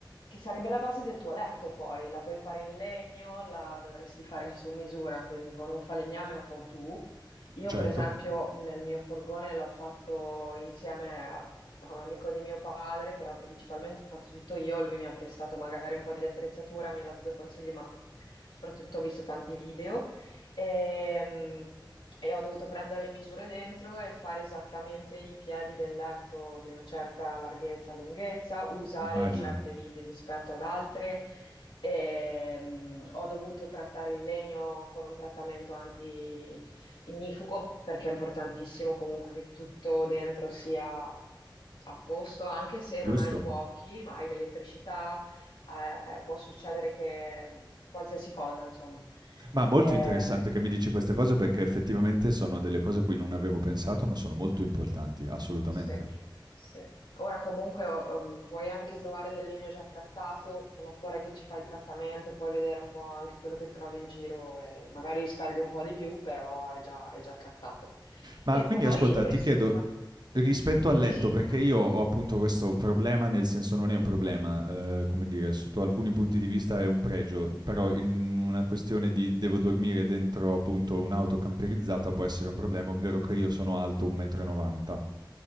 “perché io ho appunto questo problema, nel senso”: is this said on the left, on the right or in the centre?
Right